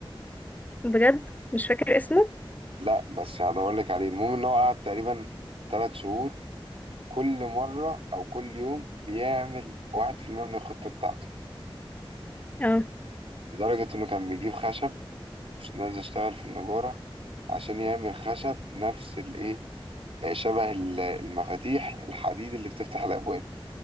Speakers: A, on the left (about 15°); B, on the right (about 85°).
A: بجد مش فاكر اسمه
B: لا بس هدور لك عليه المهم ان هو قعد تقريبا ثلاث شهور كل مره او كل يوم بيعمل واحد في المية من الخطه بتاعته
A: اه
B: لدرجه انه كان بيجيب خشب مش نازل اشتغل في النجارة عشان يعمل خشب نفس الايه آه، شبه ال- المفاتيح الحديد اللي بتفتح الابواب